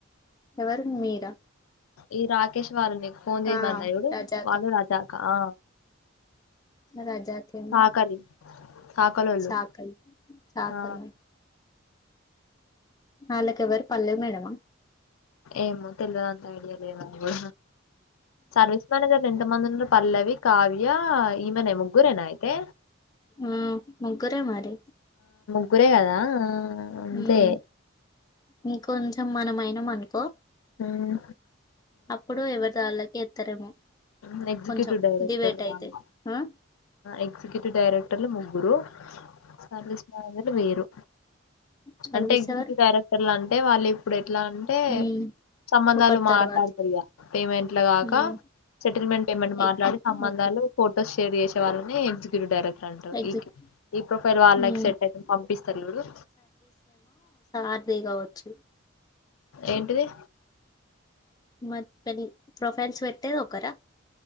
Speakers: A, on the left; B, on the left.
A: ఎవరు మీరా
B: ఈ రాకేష్ వాళ్ళు నీకు ఫోన్ చేసిమన్నారు
A: ఆ రజాక
B: వాళ్ళ రజాక్ ఆ
A: రజాకనే
B: సాకలి సాకలోళ్ళు
A: చకలి చాకలు
B: ఆ
A: వాళ్ళకెవరు పల్లె మేడంమా
B: ఏమో తెల్వదు అంతా ఐడియా లేదది సర్వీస్ మేనేజర్ లు ఎంత మంది ఉన్నారు పల్లవి కావ్య ఈమెన ముగ్గురేనా అయితే
A: ఉమ్ ముగ్గురే మరి
B: గ్గురే కదా అంతే
A: ఉమ్ ఇంకొంచెం మనమయినాం అనుకో
B: ఉమ్
A: అప్పుడు ఎవరిది వాళ్ళకే ఎత్తారేమో
B: ఉమ్ ఎక్సిిక్యూటివ్
A: కొంచెం
B: డైరెక్టర్
A: డిబేట్
B: లు వాళ్ళు
A: అయితే ఆ
B: ఎక్సిక్యూటివ్ డైరెక్టర్లు ముగ్గ్ గురు సర్వీస్ మేనేజర్లు వేరు
A: చదివిసేవారు
B: అంటే ఎగ్జిక్యూటివ్ డైరెక్టర్ లన్ అంటే వాళ్ళు ఇప్పుడు ఎట్లా అంటే
A: ఉమ్
B: సంబంధాలు
A: ఒకరి
B: మాట్లాడతారి
A: తర్వాత
B: గా పేమెంట్ లు గాక
A: ఉమ్
B: సెటిల్మెంట్ పేమెంట్ మాట్లాడి
A: ఎగ్
B: సంబధాలు
A: ఓకే
B: ఫోటోస్షర్ చేసే వాళ్ని ఎ్జిక్యూటివ్ డైరెక్ట్ టాంటా
A: ఎగ్జిట్
B: ఈకే ఈ ప్రొఫైల్ వాళ్ళకి
A: ఉమ్
B: సెట్ అయితేని పంపిస్తారు చూడు
A: అదే కావచ్చు
B: ఏంటిది
A: మరి తని ప్రొఫైల్స్ వెట్టె ఒకరా